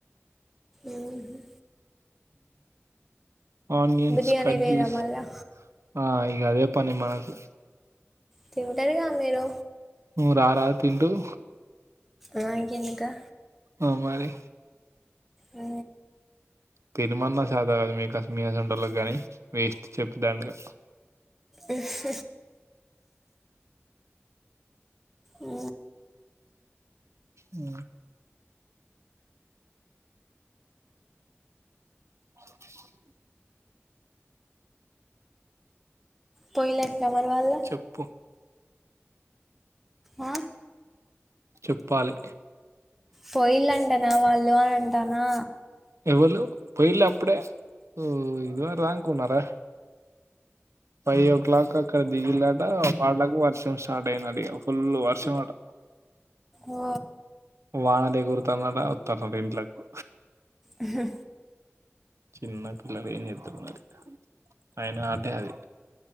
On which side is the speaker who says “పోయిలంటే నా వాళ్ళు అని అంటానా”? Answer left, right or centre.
Centre